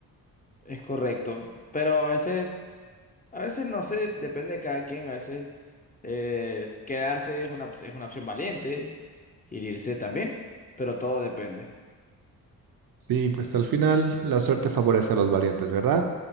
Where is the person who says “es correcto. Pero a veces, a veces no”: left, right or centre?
Left